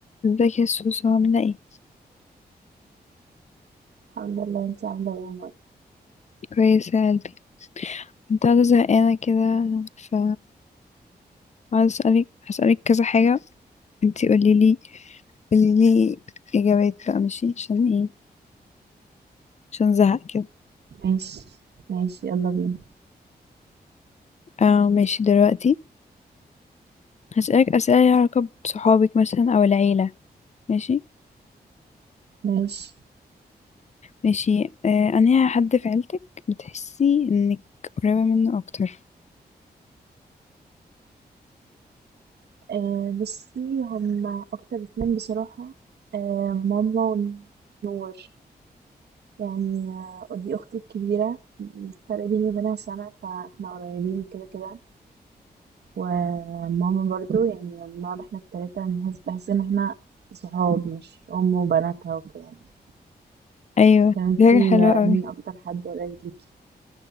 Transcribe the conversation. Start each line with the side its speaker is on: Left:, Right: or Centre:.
Left: ازيك يا سوسو عاملة ايه؟
Right: الحمد لله انت عامله ايه يا عمر
Left: كويسة يا قلبي كنت قاعدة زهقانة كده ف عايزة اسألك هسألك كذا حاجة انتي قوليلي قوليلي اجابات بقى ماشي عشان ايه عشان زهق كده
Right: ماشي ماشي يلا بينا
Left: اه ماشي دلوقتي هسألك اسئلة ليها علاقة بصحابك مثلا او العيلة ماشي
Right: ماشي
Left: ماشي آه انا حد في عيلتك بتحسي انك قريبة منه اكتر
Right: أه بصي هما اكتر اتنين بصراحه أه ماما ونور يعني آه، ودي اختي الكبيره الفرق بيني وبينها سنه فاحنا قريبين كده كده وماما برضو يعني بنقعد احنا التلاته بنحس بحس ان احنا صحاب مش ام وبناتها وكده يعني
Left: ايوه
Right: طب انتي
Left: دي حاجة حلوة
Right: آه،
Left: اوي
Right: مين اكتر حد قريب ليكي